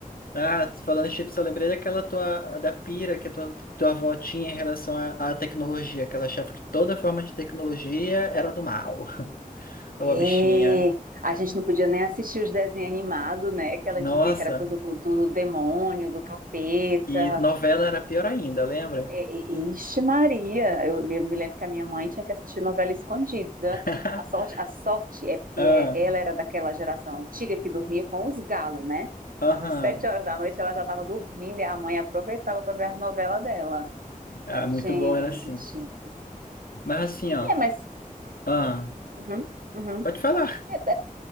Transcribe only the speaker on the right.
É,
a gente não podia nem assistir os desenhos animados, né? Que ela
dizia que era coisa do, do demônio, do capeta.
É, e- Ixi, Maria, eu, me me lembro que a minha mãe tinha que assistir novela escondida.
A sorte, a sorte é porque
é- ela era daquela geração antiga que dormia com os galos, né?
Tava sete horas da noite, ela já estava dormindo e a mãe aproveitava para ver a novela dela.
Mas,
gente,
é, mas
uhum, uhum.
É, é